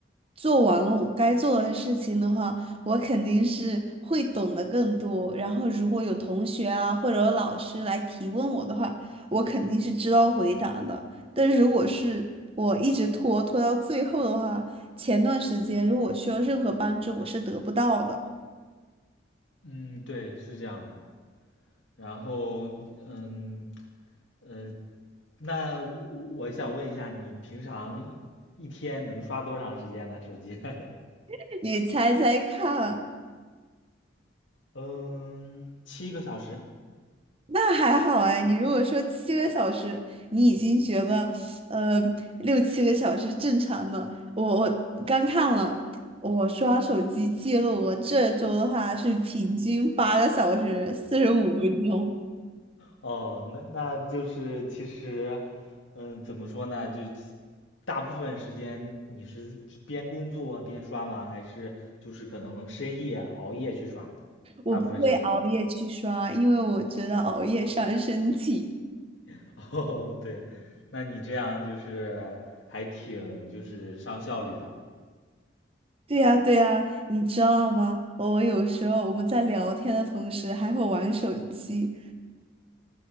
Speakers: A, on the right (about 30°); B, on the left (about 80°).
A: 做完了我该做的事情的话，我肯定是会懂得更多。然后如果有同学啊或者有老师来提问我的话，我肯定是知道回答的。但是如果是我一直拖拖到最后的话，前段时间如果需要任何帮助，我是得不到的。
B: 嗯，对，是这样的。然后，嗯，呃，那我我想问一下，你平常一一天能刷多长时间呢？手机？<laughs>
A: <laughs> 你猜猜看？
B: 嗯，七个小时。
A: 那还好哎，你如果说七个小时，你已经觉得，呃，六七个小时正常的。我我刚看了，我刷手机记录，我这周的话是平均八个小时四十五分钟。
B: 哦，那那就是其实，嗯，怎么说呢？就其大部分时间你是边工作边刷吗？还是就是可能深夜熬夜去刷？
A: 我不会熬夜去刷，
B: 大部分时间。
A: 因为我觉得熬夜伤身体。
B: <laughs> 哦，对，那你这样就是还挺就是上效率的。
A: 对呀，对呀，你知道吗？我有时候我们在聊天的同时还会玩手机，